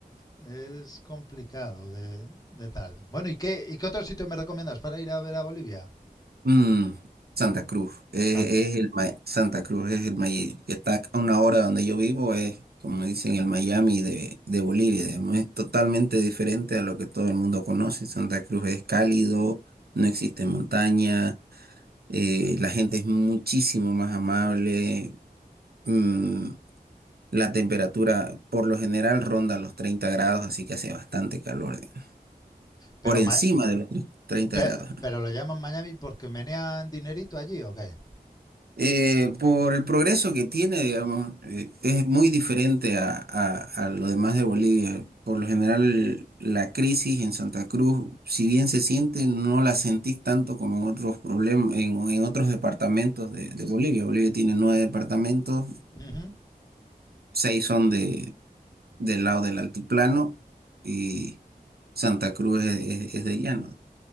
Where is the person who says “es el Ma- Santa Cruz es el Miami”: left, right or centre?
Right